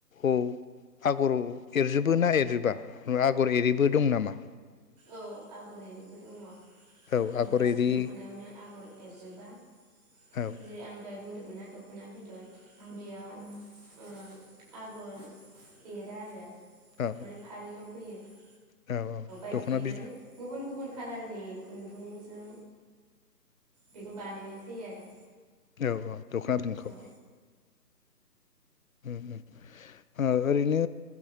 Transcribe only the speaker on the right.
औ आगर एरिबो दङ। ओ
गासिबो
दख'नायावनो आगर एरजोबा। जेरै
आं दहाय बुंदोंमोनना। दख'ना बिदन। आंबियाव ओ आगर एरा आरो
माने फारिल' बोयो
बायदि
माने गुबुन गुबुन गुबुन कालालनि खुन्दुंजों बेखौ बानायनाय जायो आरो।
औ